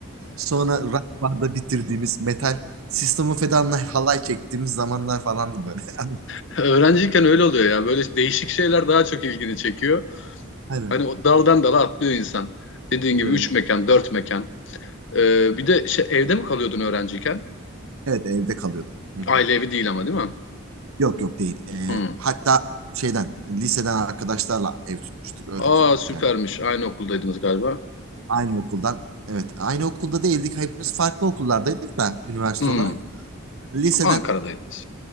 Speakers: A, on the right; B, on the left.
A: Sonra rock barda bitirdiğimiz metal System of a Down'la halay çektiğimiz zamanlar falandı böyle. <laughs> Ama
B: <laughs> Öğrenciyken öyle oluyor ya. Böyle değişik şeyler daha çok ilgini çekiyor.
A: Aynen.
B: Hani o daldan dala atlıyor insan. Dediğin gibi
A: Evet.
B: üç mekan, dört mekan. Ee, bir de şey, evde mi kalıyordun öğrenciyken?
A: Evet evde kalıyordum. Hı hı.
B: Aile evi değil ama değil mi?
A: Yok yok değil. Ee,
B: Hmm.
A: hatta şeyden liseden arkadaşlarla ev tutmuştuk. Öyle
B: Aa
A: kalıyorduk
B: süpermiş.
A: yani.
B: Aynı okuldaydınız galiba.
A: Aynı okuldan. Evet. Aynı okulda değildik. Hepimiz farklı okullardaydık da üniversite
B: Hmm.
A: olarak. Liseden
B: Ankara'daydınız.